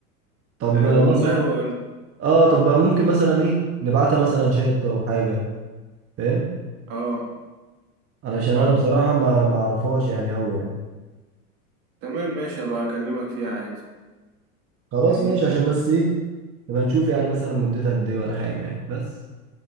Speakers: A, on the right; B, on the right.
A: طب
B: آه
A: آه،
B: والله
A: مثلا
B: هو أنت-
A: اه طب آه، ممكن مثلا ايه نبعتها مثلا شات او حاجه فاهم
B: اه
A: علشان
B: فاهم
A: انا بصراحه ما ما اعرفهاش يعني قوي يعني
B: تمام ماشي هبقى اكلمك فيها عادي
A: خلاص
B: فاهمني
A: ماشي عشان بس ايه نبقى نشوف يعني مثلا مدتها قد ايه ولا حاجة يعني بس